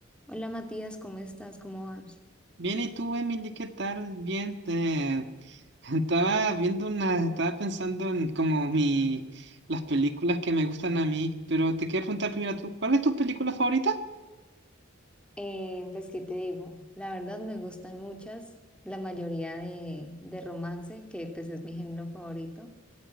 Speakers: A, in the centre; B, on the right (about 60°).
A: Hola Matías, ¿cómo estás? ¿Cómo vas?
B: Bien, ¿y tú, Emily, qué tal? Bien, te... <laughs> estaba viendo una, estaba pensando en como mi, las películas que me gustan a mí, pero te quería preguntar primero tú, ¿cuál es tu película favorita?
A: Eh, pues, ¿qué te digo? La verdad me gustan muchas, la mayoría de, de romance, que pues es mi género favorito.